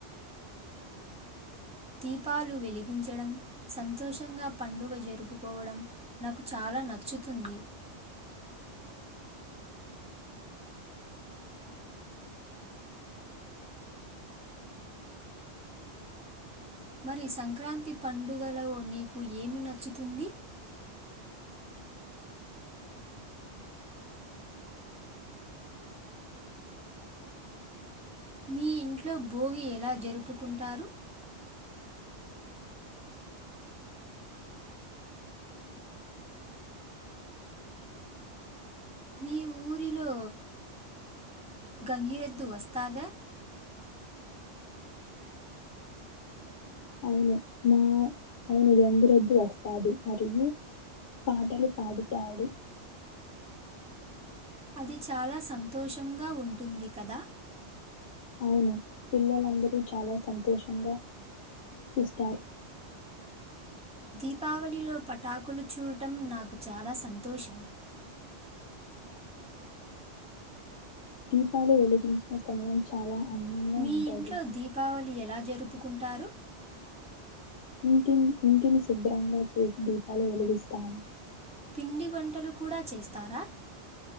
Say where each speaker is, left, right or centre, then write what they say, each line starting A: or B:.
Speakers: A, in the centre; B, on the left (about 65°).
A: దీపాలు వెలిగించడం సంతోషంగా పండుగ జరుపుకోవడం నాకు చా లా నచ్చుతుంది మరి సంక్రాంతి పండుగలో నీకు ఏమి నచ్చుతుంది మీ ఇంట్లో భోగి ఎలా జరుపుకుంటారు మీ ఊరిలో గంగిరెద్దు వస్తాదా
B: అవును మా అవును గంగిరెద్దు వస్తాది మరియు పాటలు పాడుతాడు
A: అది చాలా సంతోషంగా ఉంటుంది కదా
B: అవును పిల్లలందరూ చాలా సంతోషంగా చూస్తారు
A: దీపావళిలో పటాకులు చూడటం నాకు చాలా సంతోషం
B: దీపాలు వెలిగించిన సమయం చాలా అందంగా
A: మీ
B: ఉంటది
A: ఇంట్లో దీపావళి ఎలా జరుపుకుంటారు
B: ఇంటిన్ ఇంటిని శుభ్రంగా చేసి దీపాలు వెలిగిస్తామ్
A: పిండి వంటలు కూడా చేస్తారా